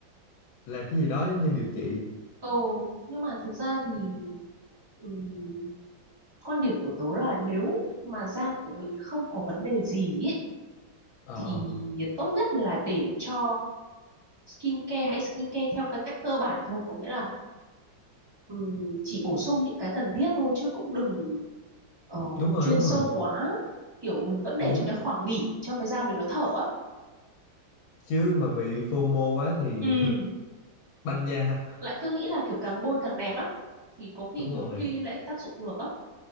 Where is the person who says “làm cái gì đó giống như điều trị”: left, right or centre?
Left